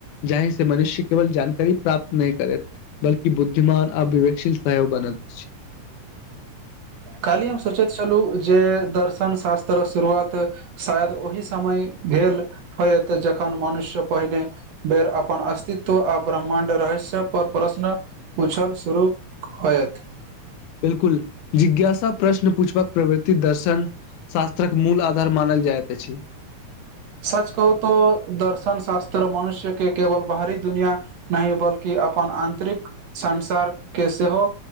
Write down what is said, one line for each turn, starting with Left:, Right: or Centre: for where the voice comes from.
Left: जाहि से मनुष्य केवल जानकारी प्राप्त नहि करैत बल्कि बुद्धिमान अ विवेकशील सहयो बनैत छै
Right: कालहि हम सोचैत छलहुँ जे दर्शन शास्त्रक शुरुआत शायद ओहि समय भेल होयत जखन मनुष्य पहिने बेर अपन अस्तित्व आ ब्रह्मण्ड रहस्य पर प्रश्न पुछल शुरू होयत
Left: बिलकुल जिज्ञासा प्रश्न पूछबक प्रवृति दर्शन शास्त्रक मूल आधार मानल जाइत अछि
Right: सच कहू तऽ दर्शन शास्त्र मनुष्य के केवल बाहरी दुनिया नाहि बल्कि अपन आन्तरिक संसार के सेहो